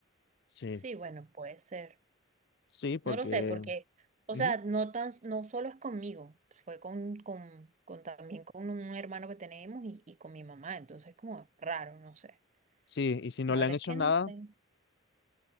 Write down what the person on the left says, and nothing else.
Sí,
sí, porque.
ujú,
Sí, y si no
le
han hecho
nada.